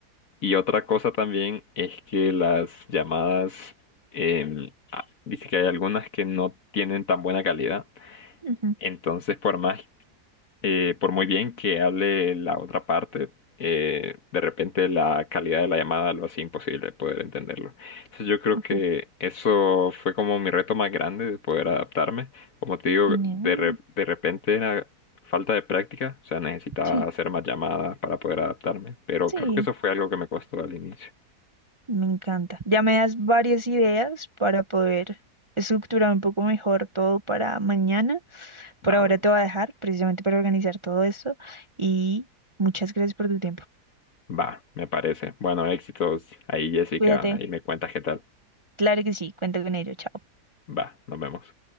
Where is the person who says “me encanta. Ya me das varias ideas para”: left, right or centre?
Right